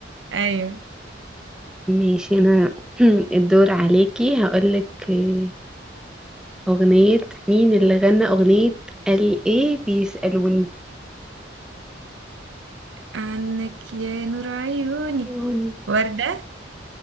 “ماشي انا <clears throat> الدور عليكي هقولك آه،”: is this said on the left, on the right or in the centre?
Centre